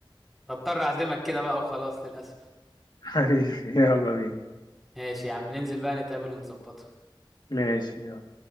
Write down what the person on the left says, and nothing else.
حبيبي يلا بينا
ماشي يلا